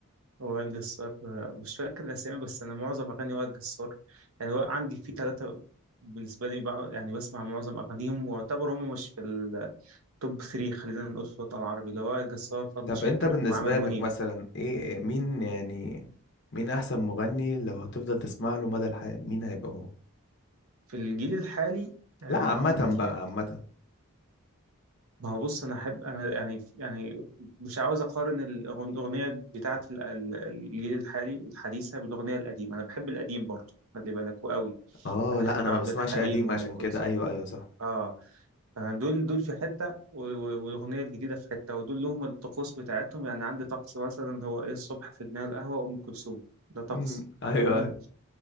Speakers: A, on the right (about 70°); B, on the left (about 50°).
A: وائل جسار آه، مش فاكر الأسامي بس أنا معظم أغاني وائل جسار يعني وائل- عندي في ثلاثة بالنسبة لي بقى يعني بسمع معظم أغانيهم واعتبر هم مش في التوب 3 خلينا نقول في الوطن العربي اللي هو وائل جسار فضل
B: طب
A: شاكر
B: انت بالنسبه
A: وعامر منيب
B: لك مثلا ايه إيه- مين يعني مين احسن مغني لو هتفضل تسمع له مدى الحياه مين هيبقى هو
A: في الجيل الحالي آه،
B: لا
A: عمرو
B: عامه
A: دياب
B: بقى عامه
A: ما هو بص أنا أحب أنا يعني يعني مش عاوز أقارن الأغن- الأغنية بتاعة ال- ال- الجيل الحالي الحديثة بالأغنية القديمة أنا بحب القديم برضه خلي بالك وقوي
B: اه
A: أنا
B: لا
A: أحب
B: انا
A: عبد
B: ما بسمعش
A: الحليم
B: قديم
A: وأم
B: عشان
A: كلثوم
B: كده ايوه ايوه صح
A: آه آه، دول دول في حتة و- و- والأغنية الجديدة في حتة ودول لهم الطقوس بتاعتهم يعني عندي طقس مثلا هو إيه الصبح في جناح القهوة أم كلثوم ده طقس
B: مم. ايوه
A: فاهمني؟
B: ايوه